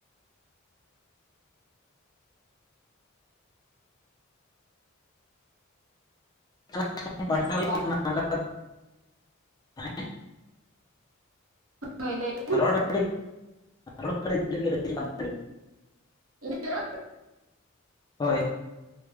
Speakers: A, on the left (about 20°); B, on the right (about 80°).
A: <unintelligible>
B: ᱵᱟᱲᱟᱭ ᱦᱳᱭ ᱞᱟᱹᱭ ᱵᱮ
A: <unintelligible>
B: <unintelligible>
A: ᱦᱳᱭ